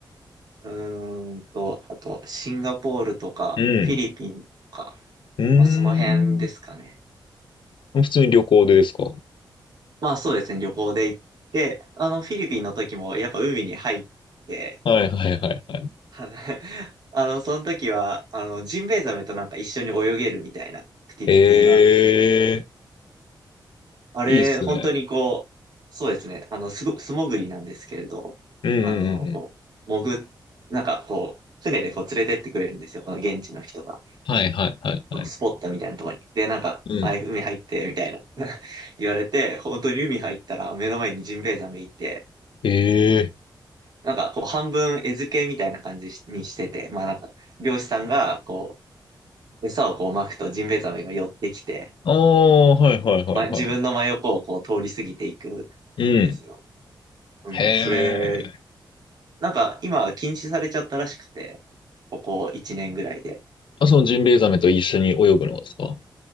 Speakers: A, on the right; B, on the left.
A: うーんと、あと、シンガポールとか、
B: うん。
A: フィリピンとか、
B: うー
A: まあ、その辺ですかね。
B: ん。普通に旅行でですか
A: まあ、そうですね、旅行で行って、あの、フィリピンの時も、やっぱ海に入って、
B: はいはいはいはい。
A: は <laughs> あの、その時は、あの、ジンベエザメとなんか一緒に泳げるみたいなアクティビティがあって、
B: ええ
A: あれ、
B: いいっすね。
A: 本当にこう、そうですね、あの、すご、素潜りなんですけれど、
B: うんうんうんうん。
A: あの、こう、潜っ、なんかこう、船でこう連れてってくれるんですよ、この現地の人が。
B: はいはいはいはい。
A: スポットみたいなところに。で、なんか、
B: うん。
A: はい海入って、みたいな <laughs> 言われて、本当に海入ったら目の前にジンベエザメいて、
B: ええ
A: なんかこう半分餌付けみたいな感じにしてて、まあなんか、漁師さんがこう、餌をこう撒くとジンベエザメが寄ってきて、
B: ああ、はいはいはいはい。
A: ま、自分の真横をこう通り過ぎていくん
B: うん。
A: ですよ。うん、
B: へえ。
A: それで、なんか今は禁止されちゃったらしくて、ここ1年ぐらいで。
B: あ、そのジンベエザメと一緒に泳ぐのですか